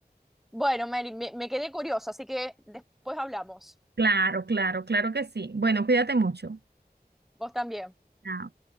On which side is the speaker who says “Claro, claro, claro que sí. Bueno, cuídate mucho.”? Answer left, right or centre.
Right